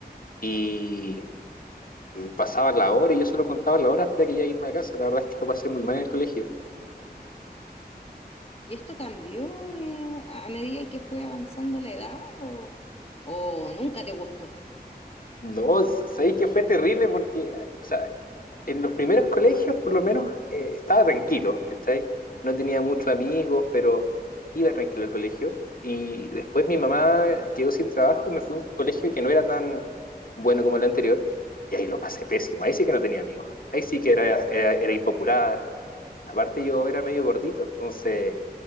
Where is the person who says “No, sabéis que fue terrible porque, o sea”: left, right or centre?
Left